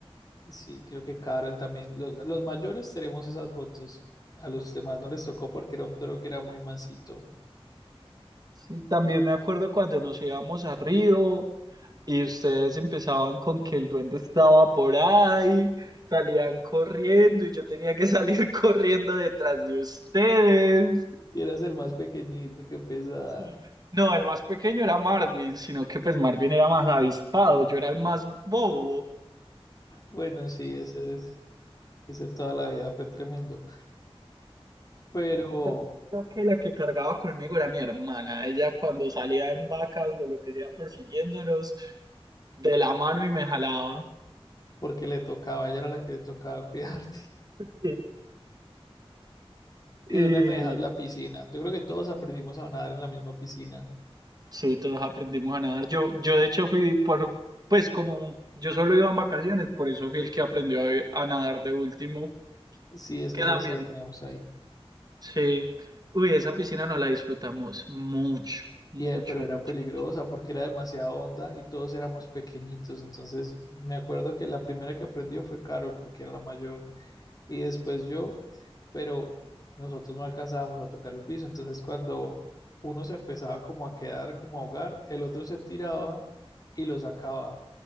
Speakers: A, on the left (about 40°); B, on the right (about 40°).
A: Y Sí, creo que Carol también. Los, los mayores tenemos esas fotos. A los demás no les tocó porque era un toro que era muy mansito.
B: Sí, también me acuerdo cuando nos íbamos a Río y ustedes empezaban con que el duende estaba por ahí, salían corriendo y yo tenía que salir <laughs> corriendo detrás de ustedes.
A: Y eras el más pequeñito, que pesar.
B: Sí. No, el más pequeño era Marvin, sino que pues Marvin era más avispado, yo era el más bobo.
A: Bueno, sí, ese, ese toda la vida fue tremendo. Pero
B: Me acuerdo que la que cargaba conmigo era mi hermana, ella cuando salía en vacas o lo que sea persiguiéndonos de la mano y me jalaba.
A: porque le tocaba, ella era la que le tocaba cuidarte.
B: Y,
A: <laughs> ¿Y
B: y-
A: dónde me dejas la piscina? Yo creo que todos aprendimos a nadar en la misma piscina.
B: Sí, todos aprendimos a nadar. Yo, yo de hecho fui por, pues como yo solo iba en vacaciones, por eso fui el que aprendió a, a nadar de último,
A: Sí, es
B: que
A: que
B: también,
A: el resto la teníamos ahí.
B: sí. Uy, esa piscina no la disfrutamos mucho, mucho,
A: Y, eh, pero era
B: mucho,
A: peligrosa
B: mucho.
A: porque era demasiado honda y todos éramos pequeñitos. Entonces me acuerdo que la primera que aprendió fue Carol porque era la mayor y después yo, pero nosotros no alcanzábamos a tocar el piso. Entonces cuando uno se empezaba como a quedar, como a ahogar, el otro se tiraba y lo sacaba.